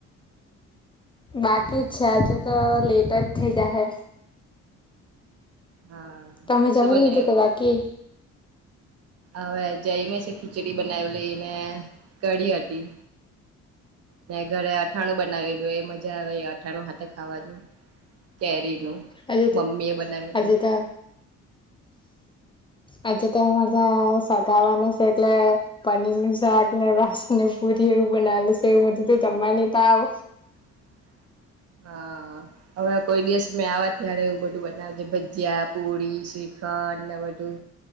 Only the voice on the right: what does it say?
હા
શું
બનાયવું
હવે જઈમે છે ખીચડી બનાવીલી ને કઢી હતી. ને ઘરે અથાણું બનાવેલું એ મજા આવે અથાણું હાથે ખાવાનું કેરી નું
મમ્મી
એ બનાવેલું.
<inaudible> હા હવે કોઈ દિવસ મેં આવે ત્યારે એવું બધું બનાવજે ભજીયા પુરી શી ખંડ ને બધું